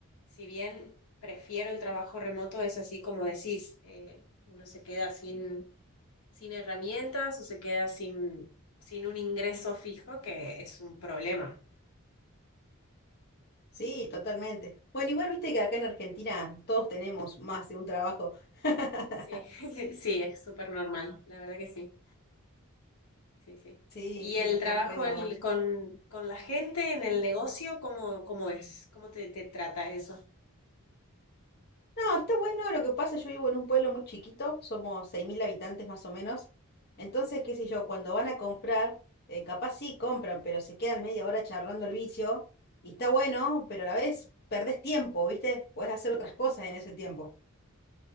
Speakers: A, on the left; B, on the left.
A: si bien prefiero el trabajo remoto, es así como decís, eh, uno se queda sin, sin herramientas o se queda sin, sin un ingreso fijo, que es un problema.
B: sí, totalmente. Bueno, igual viste que acá en Argentina todos tenemos más de un trabajo. <laughs>
A: Sí, <laughs> sí, es súper normal, la verdad que sí, sí, sí.
B: Sí,
A: ¿Y
B: sí,
A: el
B: está
A: trabajo
B: re normal.
A: en- con, con la gente en el negocio, cómo, cómo es? ¿Cómo te, te trata eso?
B: No, está bueno. Lo que pasa, yo vivo en un pueblo muy chiquito, somos 6.000 habitantes más o menos. Entonces, qué sé yo, cuando van a comprar, eh, capaz sí compran, pero se quedan media hora charlando el vicio. Y está
A: Uh,
B: bueno, pero a la vez perdés tiempo, ¿viste? Podés hacer otras cosas en ese tiempo.